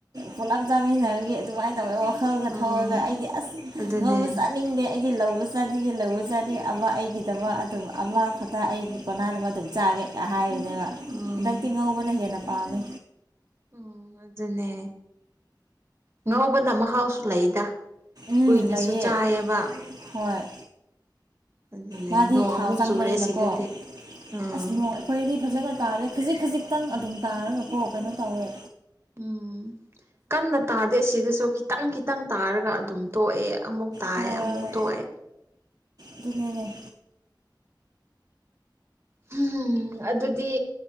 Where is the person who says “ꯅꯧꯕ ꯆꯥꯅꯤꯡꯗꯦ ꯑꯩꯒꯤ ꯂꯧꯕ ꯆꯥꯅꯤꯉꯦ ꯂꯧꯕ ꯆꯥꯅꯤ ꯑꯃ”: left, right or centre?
Right